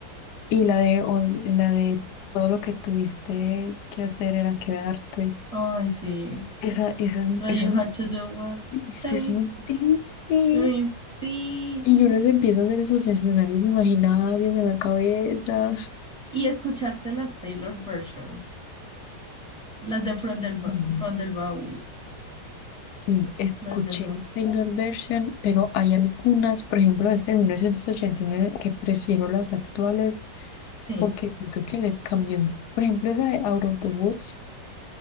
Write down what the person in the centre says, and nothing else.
Ay, sí.
But
you
had to do what state.
Ay, sí.
¿Y escuchaste las Taylor version? Las de From del, Ba-
From del Baúl.
Las del Baúl.
Sí.